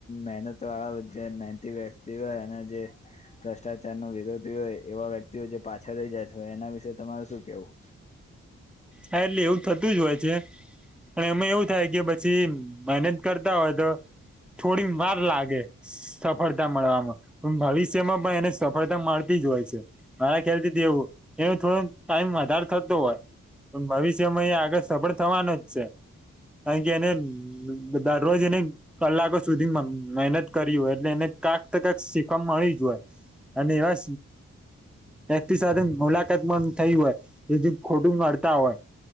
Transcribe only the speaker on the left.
મહેનત આ જે મહેનતી વ્યક્તિ હોય અને જે ભ્રષ્ટાચાર ન વિરોધી હોય એવા વ્યક્તિઓ જે પાછળ રહી. એના વિશેે તમારે શું કેવું?